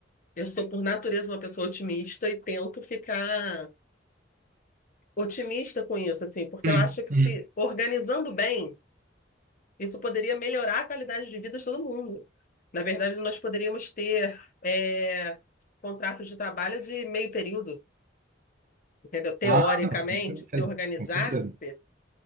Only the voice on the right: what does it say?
Hum,
hum.
Ah, não, com certeza,
com certeza.